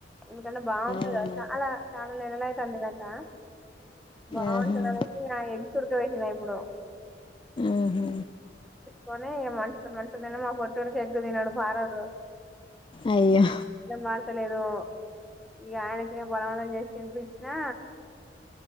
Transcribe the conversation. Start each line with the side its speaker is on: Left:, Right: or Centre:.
Centre: ఎందుకంటే బాగుంటది
Left: అవునా
Centre: చాలా చాలా నెలలైతాంది చేయక. బాగుంటది
Left: ఆహా.
Centre: అనేసి ఆ ఎగ్స్ ఉుడకబెట్టినా ఇప్పుడు
Left: ఉహు
Centre: కని మనుషు మనుషు తిన్నా మా పొట్టోడికి ఎగ్గు తినడు మారదు
Left: అయ్యో
Centre: మారతలేదు. ఇక ఆయనకి బలవంతం చేసి తినిపించినా